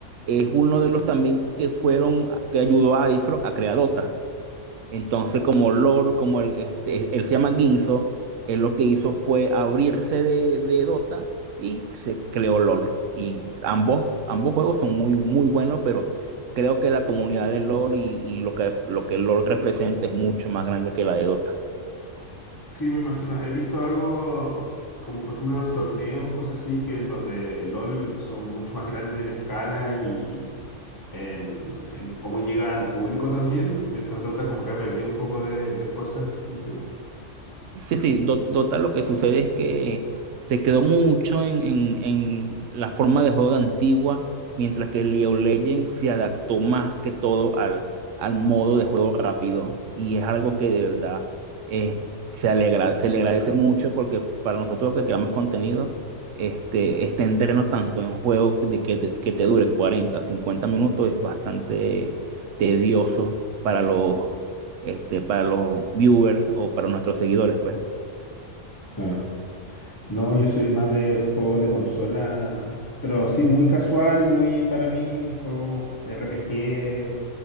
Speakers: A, on the right; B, on the left.
A: es uno de los también que fueron, que ayudó a iFrog a crear Dota. Entonces, como LOL, como él, este, él se llama Ginzo, él lo que hizo fue abrirse de, de Dota y se creó LOL. Y ambos, ambos juegos son muy, muy buenos, pero creo que la comunidad de LOL y, y lo que, lo que LOL representa es mucho más grande que la de Dota.
B: Sí, me imagino. He visto algo como, por ejemplo, los torneos o cosas así, que los de LOL son mucho más grandes en escala y en, en cómo llega al público también, mientras Dota como que ha perdido un poco de, de fuerza en ese sentido.
A: Sí, sí, Do- Dota lo que sucede es que se quedó mucho en, en- en la forma de juego de antigua, mientras que League of Legends se adaptó más que todo al, al modo de juego rápido. Y es algo que de verdad eh, se alegra, se le agradece mucho porque para nosotros que creamos contenido, este, extendernos tanto en un juego de que, te- que te dure 40 50 minutos es bastante tedioso para los, este, para los viewers o para nuestros seguidores, pues.
B: Claro. No, yo soy más de juegos de consola, pero sí muy casual, muy para mí, juegos RPG,